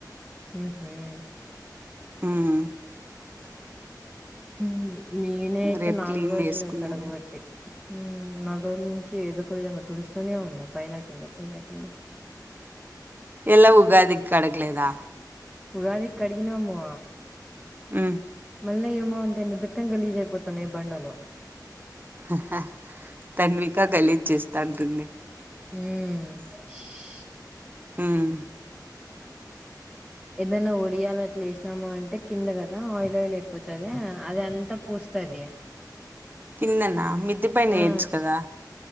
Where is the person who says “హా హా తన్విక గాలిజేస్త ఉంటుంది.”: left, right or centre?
Right